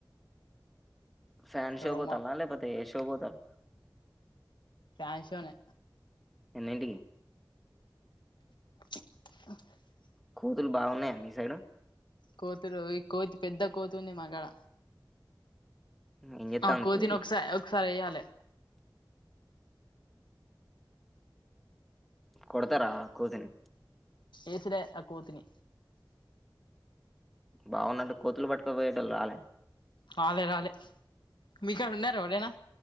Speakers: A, in the centre; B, on the left.
A: ఫ్యాన్ షో
B: ఇగో
A: పోతల
B: మా
A: లేకపోతే ఏ షో పోతల్
B: ఫ్యాన్షోనే
A: ఎన్నింటికి
B: <inaudible>
A: కూతులు బాగున్నాయా మీ సైడు
B: కోతులు ఈ కోతి పెద్ద కోతుంది మా కాడ
A: ఏం చేత్తాంది
B: ఆ కోతిని
A: కోతి
B: ఒకసారి ఒకసారి వేయ్యాలి
A: కొడతారా కోతీని
B: ఏసుడే అ కోతిని
A: బాగుందండి కోతులు పట్టుకోపోయేటోళ్ళు రాలే
B: రాలే రాలే మీకడ ఉన్నర ఎవరైనా